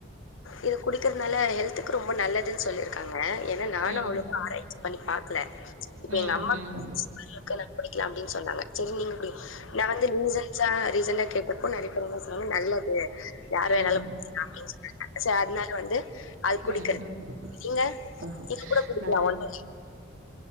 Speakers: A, on the left; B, on the right.
A: இது குடிக்கிறதுனால ஹெல்த்துக்கு ரொம்ப நல்லதுன் சொல்லிர்க்காங்க அ ஏன்னா நானு
B: ம்
A: அவ்ளோக்கு ஆராய்ச்சி பண்ணி பாக் க்ல இப்ப
B: ம்
A: எங்க அம்மா
B: ம்
A: <inaudible> க்க ந புடிக்லாம் டின் சொன்னாங்க ச்சரி நீங்கு நா வந்து நூசன்சா ரீசண்டா கேட்டப்போ நெறையபேர் என்ன சொன்னாங்க நல்லது யார்வேண்னாலும்
B: ம்
A: அப்டின் அ சர் அதனால வந்து அது குடிக்கிற
B: ம் ம்
A: நீங்க
B: ஆ
A: நீங்க கூட குடிக்கலா
B: நா
A: ஒன்னு இல்ல